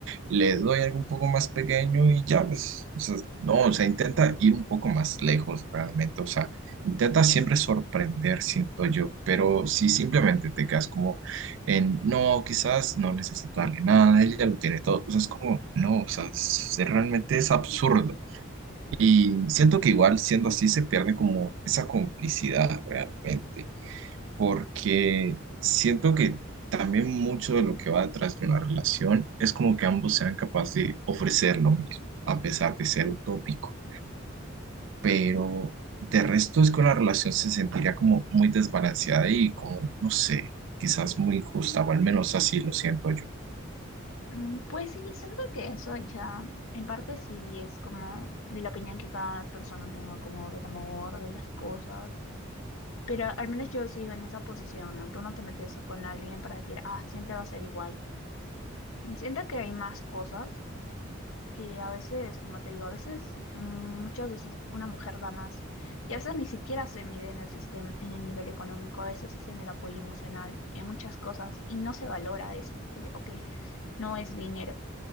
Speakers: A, on the right (about 65°); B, on the left (about 80°).
A: le doy algo un poco más pequeño y ya, pues, o sea, no, o sea, intenta ir un poco más lejos realmente, o sea, intenta siempre sorprender, siento yo, pero si simplemente te quedas como en, no, quizás no necesito darle nada, él ya lo tiene todo. O sea, es como, no, o sea, es- es- realmente es absurdo. Y siento que igual siendo así se pierde como esa complicidad realmente, porque siento que también mucho de lo que va detrás de una relación es como que ambos sean capaces de ofrecer lo mismo, a pesar de ser utópico. Pero de resto es que una relación se sentiría como muy desbalanceada y como, no sé, quizás muy justa, o al menos así lo siento yo.
B: Mm, Pues sí, siento que eso ya, en parte sí es como de la opinión que cada persona tenga como del amor, de las cosas Pero al menos yo sigo en esa posición, ¿no? Tú no te metes con alguien para decir, ah, siempre va a ser igual. Siento que hay más cosas que a veces, como te digo, a veces mm, muchas veces una mujer da más y a veces ni siquiera se mide en el sistema, en el nivel económico, a veces es en el apoyo emocional, en muchas cosas y no se valora eso, porque, ok, no es dinero.